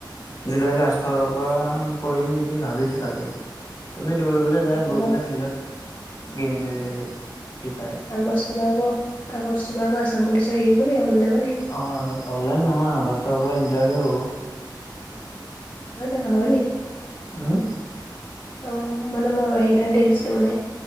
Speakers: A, on the left (about 45°); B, on the left (about 25°).
A: জুলাই লাষ্টৰ পৰা কৰিম নেকি ভাবিছো তাকে চবেই দৌৰিবলৈ যায়
B: তাৰপা
A: গৈ পেলাই ফিল্ডত গেম খেলি থাকে ফ্ৰী ফায়াৰ
B: আগস ভাগ আগসষ্ট ভাগ আচাম বুলিুলি চ আহ হব ন অল নাবানে
A: অঁ আগ অনলাইন নহয় আগষ্টৰ পৰা ইণ্টাৰভিউ হ'ব
B: হয় যাবা হনি
A: হম
B: অ মানে মই হেৰিটাত দেখিছিলো মানে